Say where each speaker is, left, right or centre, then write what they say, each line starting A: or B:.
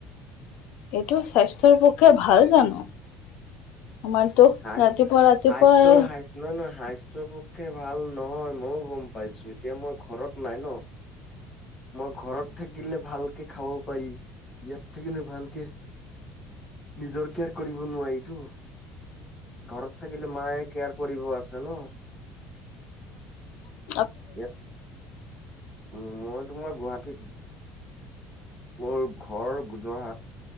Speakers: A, on the left (about 60°); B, on the left (about 20°).
A: এইটো স্বাস্থ্যৰ পক্ষে ভাল জানোঁ? আমাৰটো
B: সাজ
A: ৰাতিপুৱা-ৰাতিপুৱাই
B: স্বাস্থ্যৰ সাজ নহয় নহয় স্বাস্থ্যৰ পক্ষে ভাল নহয় ময়ো গম পাইছোঁ এতিয়া মই ঘৰত নাই ন'। মই ঘৰত থাকিলে ভালকে খাব পাৰি ইয়াত থাকিলে ভালকে নিজৰ কেয়াৰ কৰিব নোৱাৰিটো। ঘৰত থাকিলে মায়ে কেয়াৰ কৰিব আছে ন।
A: উ।
B: ইয়াত উ মই তোমাৰ গুৱাহাটীত। মোৰ ঘৰ যোৰহাট